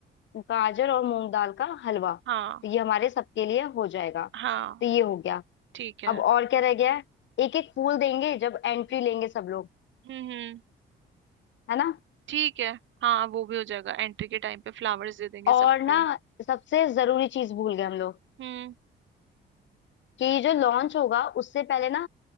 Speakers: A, on the left; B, on the right.
A: गाजर और मूंग दाल का हलवा
B: हाँ
A: तो ये हमारे सबके लिए हो जाएगा
B: हाँ
A: तो ये हो गया
B: ठीक है
A: अब और क्या रह गया है एक एक फूल देंगे जब एंट्री लेंगे सब लोग
B: हम्म हम्म
A: है ना
B: ठीक है हाँ वो भी हो जाएगा एंट्री के टाइम पे फ्लावर्स दे देंगे
A: और
B: सबको
A: ना सबसे जरूरी चीज भूल गए हम लोग
B: हम्म
A: कि ये जो लॉन्च होगा उससे पहले ना